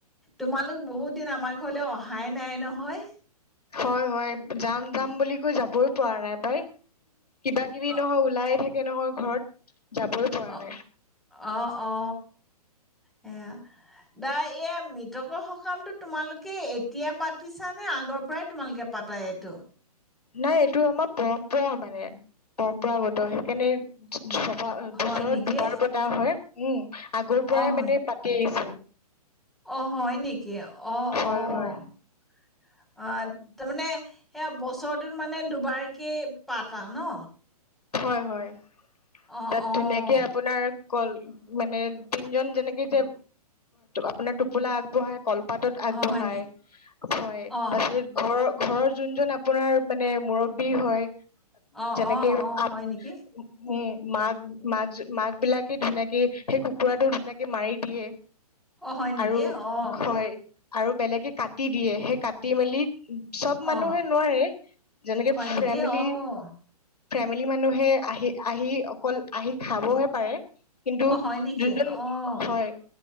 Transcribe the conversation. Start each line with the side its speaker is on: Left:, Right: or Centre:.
Centre: তোমালোক বহুত দিন আমাৰ ঘৰলৈ অহাই নাই নহয়
Left: হয় হয় যাম যাম বুলি কৈ যাবই পৰা নাই পাই কিবা কিবি
Centre: অ',
Left: নহয় ওলায়ে থাকে স নহয় ঘৰত যাবই পৰা
Centre: অ',
Left: নাই
Centre: অ সেয়া দা এয়া মৃতকৰ সকামটো তোমালোকে এতিয়া পাতিছ নে আগৰ পৰাই তোমালোকে পাতা এইটো
Left: নাই এইটো আমাৰ পৰম্পৰা মানে পৰম্পৰাগত
Centre: অ',
Left: সেইকাৰণেবা
Centre: হয়
Left: বছৰত
Centre: নেকি?
Left: দুবাৰ পতা হয় উম আগৰ পৰাই
Centre: অ', হয়,
Left: মানে পাতি আহিছে
Centre: অ হয় নেকি কি অ
Left: হয়
Centre: অ
Left: হয়
Centre: অ তাৰ মানে সেয়া বছৰটোত মানে দুবাৰকে পাতা ন
Left: হয় হয়
Centre: অ',
Left: তাত
Centre: অ',
Left: ধুনীয়াকে আপোনাৰ ল মানে তিনজন যেনেকে যে আপোনাৰ টোপোলা আগবঢ়াই কল পাতত আগবঢ়াই
Centre: অ', হয়নি?
Left: হয়
Centre: অ',
Left: তাৰপিছত ঘৰৰ ঘৰৰ যোন যোন আপোনাৰ মানে মূৰত বি হয়,
Centre: অ',
Left: যেনেকে
Centre: অ', অ',
Left: আপ
Centre: হয় নেকি?
Left: উম মাক মাক মাক বিলাকে ধুনীয়াকে সেই কুকুৰাটো ধুনীয়াকে মাৰি দিয়ে
Centre: অ হয় নেকি
Left: আৰু
Centre: অ
Left: হয় আৰু বেলেগে কাটি দিয়ে সেই কাটি মেলি চব মানুহে
Centre: অ',
Left: নোৱাৰে। যেনেকে
Centre: হয়
Left: ফেমিলি
Centre: নেকি? অ',
Left: ফেমিলি মানুহে আহি আহি অকল আহি খাবহে পাৰে কিন্তু
Centre: অ', হয় নেকি?
Left: যোনজন
Centre: অ',
Left: হয়